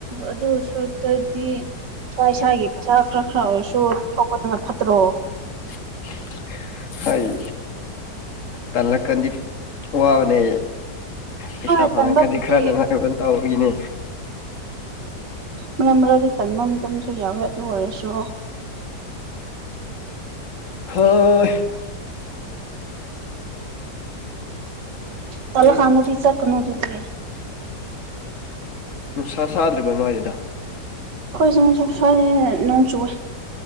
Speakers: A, on the right; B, on the left.
A: ꯑꯗꯨ ꯁꯨꯔꯛꯇ꯭ꯔꯗꯤ ꯏꯁꯥ ꯏꯁꯥꯒꯤ ꯄꯩꯁꯥ ꯈꯔ ꯈꯔ ꯑꯣꯏꯔꯁꯨ ꯊꯣꯛꯄꯗꯨꯅ ꯐꯠꯇ꯭ꯔꯣ
B: <unintelligible> ꯐꯩ ꯇꯥꯟꯂꯛꯒꯅꯤ ꯋꯥꯕꯅꯦ ꯄꯩꯁꯥ
A: ꯍꯣꯏ
B: ꯐꯪꯉꯛ
A: ꯇꯟꯕꯕꯨꯗꯤ
B: <inaudible> ꯒꯗꯤ ꯈꯔ ꯅꯨꯡꯉꯥꯏꯕꯅ ꯇꯧꯕꯒꯤꯅꯦ
A: ꯃꯔꯛ ꯃꯔꯛꯗꯤ ꯇꯥꯟꯕ ꯃꯇꯝ ꯃꯇꯝꯁꯨ ꯌꯥꯎꯋꯦ ꯑꯗꯨ ꯑꯣꯏꯔꯁꯨ
B: ꯍꯣꯏ
A: ꯇꯥꯜꯂꯒꯥꯟꯗꯗꯤ
B: ꯑꯩꯈꯣꯏꯗꯤ
A: ꯆꯠꯀꯅꯣꯗꯨꯗꯤ
B: ꯅꯨꯡꯁꯥ ꯁꯥꯗ꯭ꯔꯤꯕ ꯅꯋꯥꯏꯗꯨꯗ
A: <inaudible> ꯅꯣꯡ ꯆꯨ